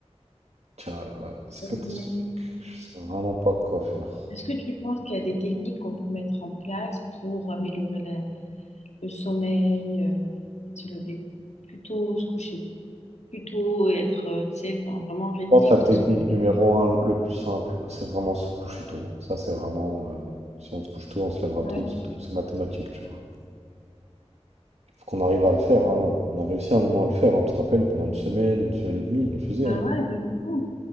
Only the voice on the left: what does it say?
Ouais.
Est-ce que tu penses qu'il y a des techniques qu'on peut mettre en place pour améliorer la- le sommeil, euh, peut-être se lever plus tôt, se coucher plus tôt, et être, euh, tu sais, enfin, vraiment rythmique
dans ce qu'on fait?
Ouais,
bah
ouais, de fou.